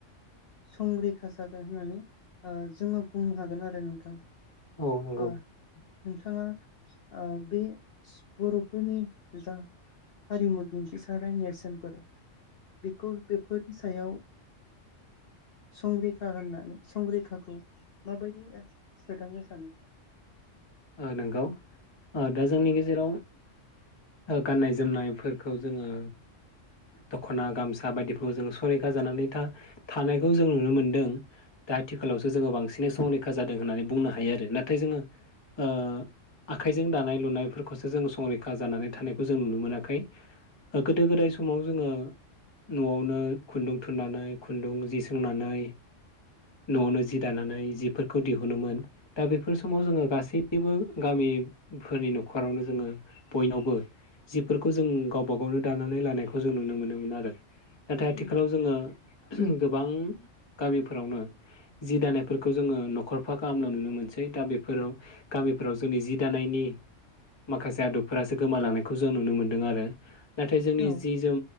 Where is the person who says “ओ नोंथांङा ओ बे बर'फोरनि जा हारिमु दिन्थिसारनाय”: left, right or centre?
Left